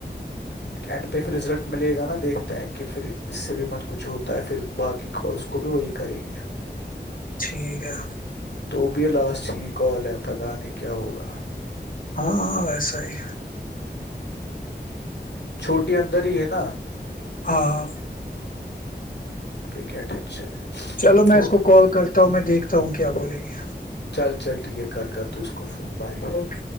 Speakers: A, on the left; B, on the left.
A: اینڈ پہ پھر رزلٹ ملے گا نا دیکھتے ہیں کہ پھر اس سے بھی مت کچھ ہوتا ہے پھر باقی کالس کو بھی وہی کریں گے
B: ٹھیک ہے
A: تو بھی لاسٹ کی کال ہے پت نہیں کیا ہوگا
B: ہاں ویسا ہی
A: چھوٹی اندر ہی ہے نا
B: ہاں
A: پھر کیا ٹینشن ہے
B: چلو میں
A: تو
B: اس کو کال کرتا ہوں میں دیکھ تا ہوں کیا بولے گی
A: چل چل ٹھیک ہے کر تو اس کو کفومبائی
B: اوکے